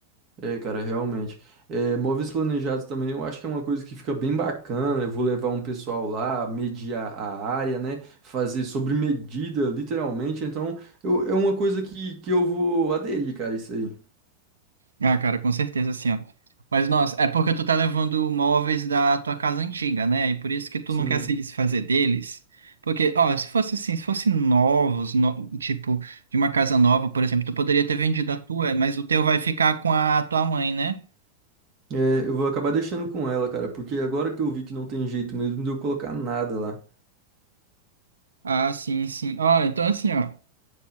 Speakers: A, on the right; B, on the right.
A: É, cara, realmente. É, móveis planejados também, eu acho que é uma coisa que fica bem bacana. Eu vou levar um pessoal lá, medir a, a área, né? Fazer sobre medida, literalmente. Então, eu- é uma coisa que, que eu vou aderir, cara, isso aí.
B: Ah, cara, com certeza, assim, ó. Mas, nossa, é porque tu tá levando móveis da tua casa antiga, né? E por isso que tu
A: Sim.
B: não quer se desfazer deles. Porque, ó, se fosse assim, se fosse novos, no- tipo, de uma casa nova, por exemplo, tu poderia ter vendido a tua, mas o teu vai ficar com a tua mãe, né?
A: É, eu vou acabar deixando com ela, cara, porque agora que eu vi que não tem jeito mesmo de eu colocar nada lá.
B: Ah, sim, sim. Ó, então assim, ó,